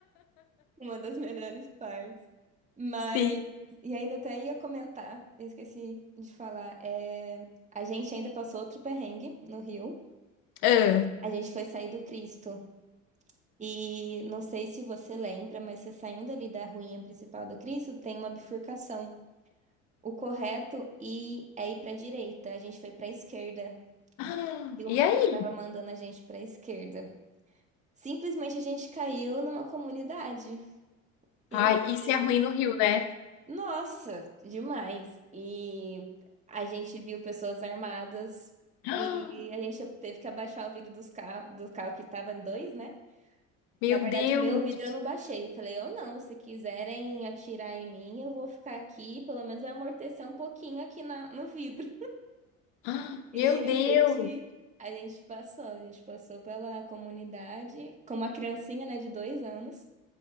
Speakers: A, on the right; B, on the left.
A: Uma das melhores partes. Mas,
B: Sim.
A: e ainda até ia comentar, eu esqueci de falar. é, a gente ainda passou outro perrengue no Rio.
B: Ah.
A: A gente foi sair do Cristo. E não sei se você lembra, mas você saindo ali da ruinha principal do Cristo, tem uma bifurcação. O correto e é ir para a direita. A gente foi para a esquerda
B: Ah,
A: e o
B: E
A: mapa
B: aí?
A: tava mandando a gente para a esquerda. Simplesmente a gente caiu numa comunidade. E
B: Ai,
A: assim,
B: isso é ruim no Rio, né?
A: nossa, demais. E a gente viu pessoas armadas
B: Ah,
A: e a gente teve que abaixar o vidro dos carro, do carro que tava em dois, né?
B: Meu
A: Na verdade,
B: Deus!
A: o meu vidro eu não baixei. Eu falei, eu não, se quiserem atirar em mim, eu vou ficar aqui, pelo menos vai amortecer um pouquinho aqui na, no vidro.
B: Ah,
A: E
B: Meu
A: a
B: Deus!
A: gente, a gente passou, a gente passou pela comunidade com uma criancinha, né, de dois anos,